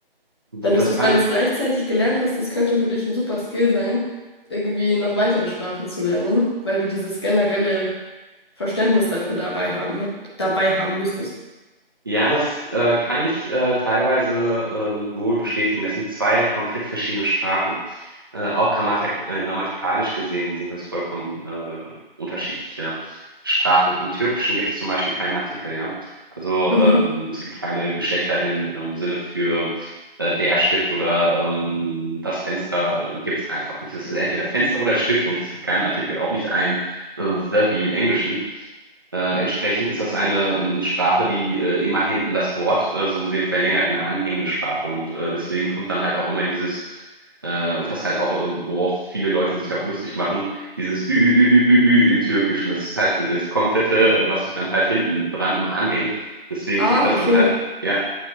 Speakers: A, on the left (about 25°); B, on the right (about 20°).
A: Wenn
B: Das
A: du es jetzt
B: kann
A: beides gleichzeitig gelernt hast, das könnte für dich ein super Skill sein, irgendwie noch weitere Sprachen zu lernen, weil du dieses generelle Verständnis dafür dabei haben, hätt, dabei haben müsstest.
B: Ja, das äh, kann ich äh, teilweise ähm, wohl bestätigen. Das sind zwei komplett verschiedene Sprachen. Äh, auch grammatik äh, grammatikalisch gesehen sind das vollkommen äh, unterschiedliche Sprachen. Im Türkischen gibt es zum Beispiel keine Artikel, ja. Also
A: Mhm.
B: ähm, es gibt keine Geschlechter im, ähm, Sinne für äh, der Stift oder ähm, das Fenster äh, gibt es einfach nicht. Es ist entweder Fenster oder Stift und es gibt keinen Artikel, auch nicht ein äh, the wie im Englischen. Äh, entsprechend ist das eine ähm, Sprache, die äh, immer hinten das Wort äh, so gesehen verlängert, eine anhängende Sprache. Und äh, deswegen kommt dann halt auch immer dieses, äh, was halt auch, ähm, worauf viele Leute sich auch lustig machen, dieses Ü, Ü, Ü, Ü, Ü, Ü im Türkischen. Das ist halt das komplette, äh, was sich dann halt hinten dran immer anhängt. Deswegen
A: Ah,
B: klingt das
A: okay.
B: dann halt, ja.